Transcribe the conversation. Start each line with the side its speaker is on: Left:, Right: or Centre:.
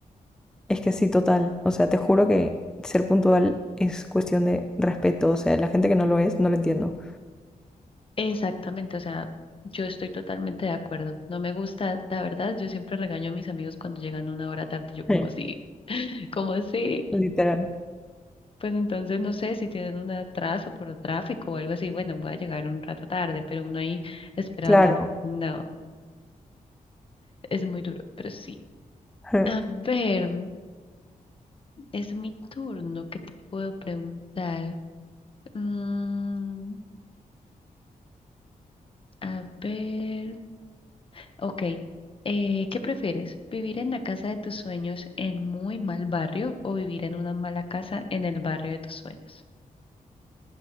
Centre: Es que sí, total. O sea, te juro que ser puntual es cuestión de respeto. O sea, la gente que no lo es, no lo entiendo.
Left: Exactamente, o sea, yo estoy totalmente de acuerdo. No me gusta, la verdad, yo siempre regaño a mis amigos cuando llegan una hora tarde, y yo como
Centre: Sí.
Left: así, <laughs> como así.
Centre: Literal.
Left: Pues entonces no sé si tienen un atraso por tráfico o algo así. Bueno, voy a llegar un rato tarde, pero uno ahí esperando.
Centre: Claro.
Left: No, es muy duro, pero sí.
Centre: Sí.
Left: A
Centre: <laughs>
Left: ver, es mi turno. ¿Qué te puedo preguntar? Mm, a ver. Ok. eh, ¿qué prefieres? ¿Vivir en la casa de tus sueños en muy mal barrio o vivir en una mala casa en el barrio de tus sueños?